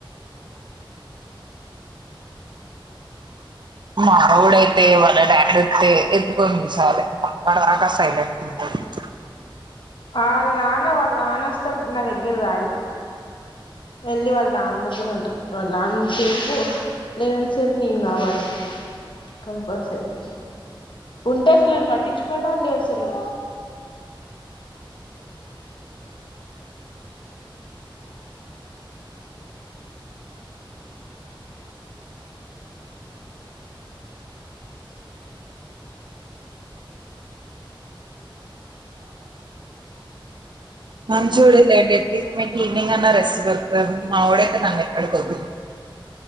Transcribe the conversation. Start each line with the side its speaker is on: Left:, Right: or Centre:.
Right: మా ఆవిడ అయితే వాళ్ళ డాడీ వస్తే ఎత్తుకొని కుసోవాలే అప్పటిదాకా సైలెంట్ అండి <inaudible>
Left: వాళ్ళ నాన్న వాళ్ళ నాన్న వస్తే నా దగ్గర రాడు, వెళ్ళి వాళ్ళ నాన్న దగ్గరే ఉంటారు, వాళ్ళ లేనంత సేపు నేను ఎంతసేపు నేను కావాలి, కంపల్సరీ ఉంటే అసలు నన్ను పట్టించుకోడండి అస్సలు
Right: మంచిచోడేలెండి అట్లీస్ట్ మీకు ఈవినింగ్ అన్నా రెస్ట్ దొతుంది మా ఓడైయితే నన్ను ఎక్కడికి వద్దు